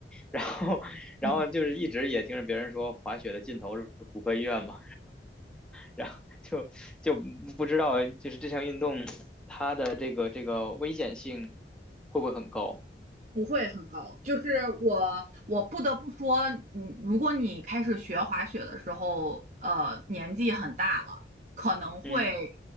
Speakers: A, in the centre; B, on the right.
A: 然后 <laughs> 然后就是一直也听着别人说滑雪的尽头是骨科医院嘛，
B: 嗯哼，
A: 然后就就不知道就是这项运动它的这个这个危险性会不会很高？
B: 不会很高。就是我，我不得不说，嗯，如果你开始学滑雪的时候，呃，年纪很大了，可能会
A: 嗯